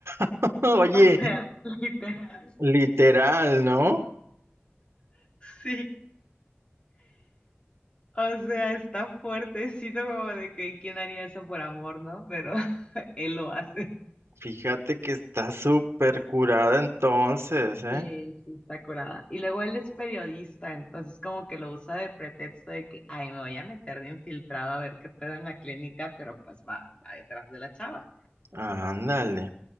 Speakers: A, on the right (about 70°); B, on the left (about 25°).
A: <laughs> Oye,
B: <laughs> O sea, literal.
A: literal, ¿no?
B: Sí. O sea, está fuertecito como de que quién haría eso por amor, ¿no? Pero <laughs> él lo hace.
A: Fíjate que está súper curada entonces, ¿eh?
B: Sí, sí, está curada. Y luego él es Ah, periodista, entonces como que lo usa de pretexto de que, ay, me voy a meter de infiltrado a ver qué pedo en la clínica, pero pues va, va detrás de la chava.
A: Ándale.